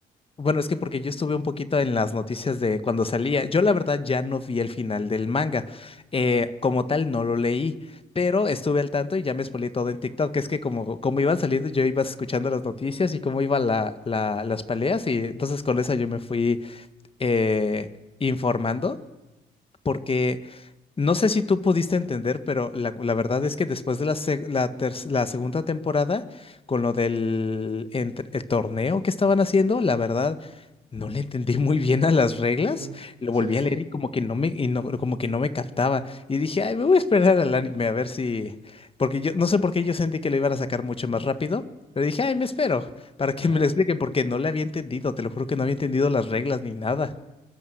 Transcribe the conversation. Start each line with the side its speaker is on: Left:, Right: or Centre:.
Left: Bueno, es que porque yo estuve un poquito en las noticias de cuando salía. Yo la verdad ya no vi el final del manga. Eh, como tal, no lo leí, pero estuve al tanto y ya me spoileé todo en TikTok. Es que como, como iban saliendo, yo iba escuchando las noticias y cómo iban la, la- las peleas y entonces con eso yo me fui eh, informando porque... No sé si tú pudiste entender, pero la, la verdad es que después de la, seg- la, ter- la segunda temporada, con lo del entre- el torneo que estaban haciendo, la verdad no le entendí muy bien a las reglas.
Right: Ujú.
Left: Lo
Right: Sí,
Left: volví
Right: sí.
Left: a leer y como que no me, y no- como que no me captaba. Y dije, ay, me voy a esperar al anime a ver si. Porque yo no sé por qué yo sentí que lo iban a sacar mucho más rápido, pero dije, ay, me espero para que
Right: <laughs>
Left: me lo expliquen, porque no le había entendido. Te lo juro que no había entendido las reglas ni nada.